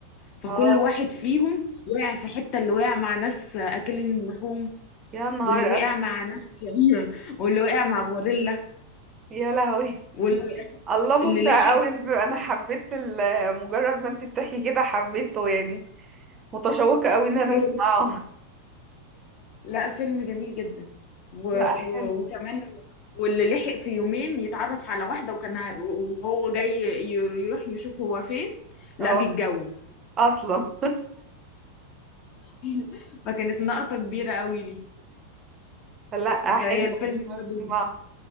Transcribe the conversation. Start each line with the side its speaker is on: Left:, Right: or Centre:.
Left: فكل
Right: اه
Left: واحد فيهم وقع في حتة اللي وقع مع ناس أكلين لحوم
Right: يا نهار
Left: واللي وقع
Right: أسود
Left: مع ناس <laughs> شريرة واللي وقع مع غوريلا
Right: يا لهوي
Left: واللي أساساً
Right: الله
Left: اللي
Right: ممتع
Left: لحق
Right: قوي
Left: في
Right: انت انا حبيت ال- مجرد ما انت بتحكي كده حبيته يعني متشوقة قوي ان انا
Left: الخيل.
Right: اسمعه
Left: لا فيلم جميل جدا و...
Right: <laughs> لا
Left: و...
Right: حلو
Left: وكمان واللي لحق في يومين يتعرف على واحدة وكان ه- وهو جاي ي- يروح يشوف هو فين لا
Right: اه
Left: بيتجوز
Right: اصلا
Left: <laughs> فكانت نقطة كبيرة قوي لي
Right: <laughs> لا حلو
Left: فهي الفيلم ده
Right: اسمع
Left: بي-